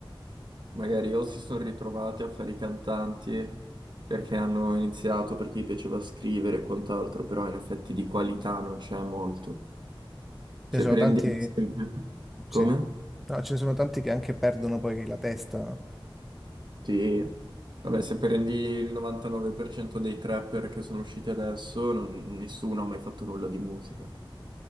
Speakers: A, on the right (about 55°); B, in the centre.
A: magari o si sono ritrovate a fare i cantanti perché hanno iniziato, perché gli piaceva scrivere e quant'altro, però in effetti di qualità non c'è molto.
B: Ce
A: Se
B: ne sono
A: prendi
B: tanti,
A: ad esempio...
B: sì.
A: Come?
B: No, ce ne sono tanti che anche perdono poi la testa
A: Sì. Vabbè, se prendi il 99% dei trapper che sono usciti adesso, non- nessuno ha mai fatto nulla di musica.